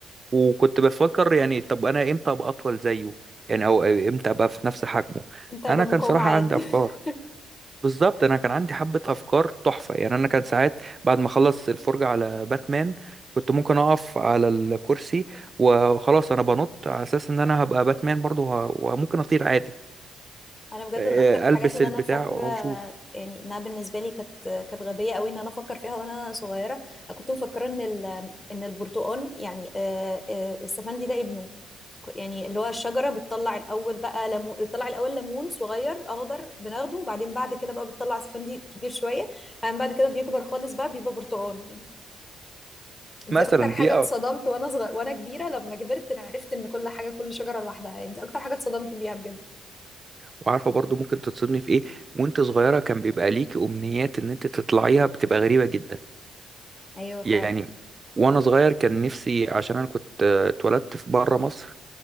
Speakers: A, on the right; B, on the left.
A: وكنت بفكر يعني طب انا امتى ابقى اطول زيه يعني او امتى ابقى في نفس حجمه
B: انت بمقاوم
A: انا كان صراحة
B: عاد
A: عندي افكار
B: <laughs>
A: بالظبط انا كان عندي حبة افكار تحفة يعني انا كان ساعات بعد ما اخلص الفرجة على باتمان كنت ممكن اقف على الكرسي وخلاص انا بنط على اساس ان انا هبقى باتمان برضه وه- وممكن اطير عادي
B: انا بجد
A: آه،
B: من اكتر الحاجات
A: البس
B: اللي
A: البتاع
B: انا فاكره
A: واشوف
B: يعني انها بالنسبه لي كانت كانت غبيه قوي ان انا افكر فيها وانا صغيره انا كنت مفكره ان ال... ان البرتقال يعني آه، آه، السفندي ده ابنه يعني اللي هو الشجرة بتطلع الأول بقى ليمون بتطلع الأول ليمون صغير أخضر بناخده وبعدين بعد كده بقى بتطلع اسفندي كبير شوية بعدين بعد كده بيكبر خالص بقى بيبقى برتقال يعني دي
A: مثلا
B: أكتر حاجة
A: دي
B: اتصدمت
A: أو-
B: وأنا صغير وأنا كبيرة لما كبرت أنا عرفت إن كل حاجة كل شجرة لوحدها يعني دي أكتر حاجة اتصدمت بيها بجد
A: وعارفة برضه ممكن تتصدمي في ايه وانت صغيرة كان بيبقى ليكي امنيات ان انت تطلعيها بتبقى غريبة جدا
B: أيوه فعلا
A: يعني وانا صغير كان نفسي عشان انا كنت آه، اتولدت في بره مصر